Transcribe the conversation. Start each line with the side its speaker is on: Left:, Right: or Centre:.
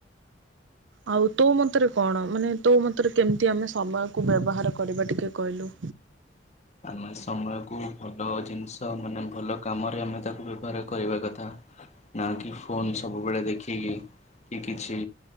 Right: ଆଉ ତୋ ମତରେ କଣ? ମାନେ ତୋ ମତରେ କେମିତି ଆମେ ସମୟକୁ ବ୍ୟବହାର କରିବା ଟିକେ କହିଲୁ?
Left: ଆମେ ମାନେ ସମୟକୁ ଭଲ ଜିନିଷ, ମାନେ ଭଲ କାମରେ ଆମେ ତାକୁ ବ୍ୟବହାର କରିବା କଥା। <unintelligible> ନା କି ଫୋନ ସବୁବେଳେ ଦେଖିକି କି କିଛି